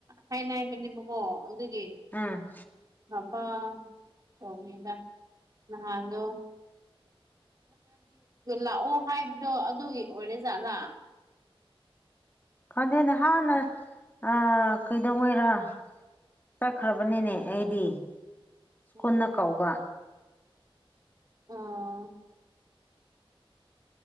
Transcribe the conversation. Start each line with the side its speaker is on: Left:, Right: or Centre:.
Right: ꯍꯥꯏꯅꯥꯏꯕꯅꯦꯕꯀꯣ ꯑꯗꯨꯒꯤ
Left: ꯎꯝ
Right: <unintelligible> ꯅꯍꯥꯟꯗꯣ <inaudible> ꯂꯥꯛꯑꯣ ꯍꯥꯏꯕꯗꯣ ꯑꯗꯨꯒꯤ ꯑꯣꯏꯔꯦꯖꯥꯠꯂꯥ
Left: ꯈꯥꯟꯗꯦ ꯅꯍꯥꯟꯅ ꯑ ꯀꯩꯗꯧ ꯉꯩꯔꯥ ꯆꯠꯈ꯭ꯔꯕꯅꯦꯅꯦ ꯑꯩꯗꯤ ꯁ꯭ꯀꯨꯜꯅ
Right: ꯎꯝ
Left: ꯀꯧꯕ
Right: ꯑꯣ